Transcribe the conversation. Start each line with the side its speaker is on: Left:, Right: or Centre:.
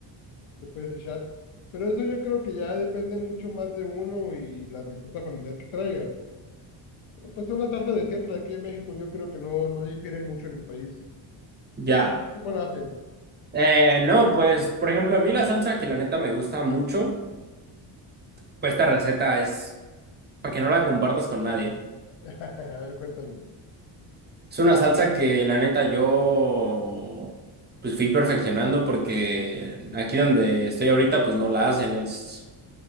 Left: le puedes echar. Pero eso yo creo que ya depende mucho más de uno y la receta familiar que traiga. Pero pues es una salsa de siempre de aquí en México, yo creo que no, no difiere mucho en el país.
Right: Ya.
Left: ¿Ustedes cómo la hacen?
Right: Eh, no, pues por ejemplo, a mí la salsa que la neta me gusta mucho, pues esta receta es para que no la compartas con nadie.
Left: <laughs> A ver, cuéntame.
Right: Es una salsa que la neta yo pues fui perfeccionando porque aquí donde estoy ahorita pues no la hacen, es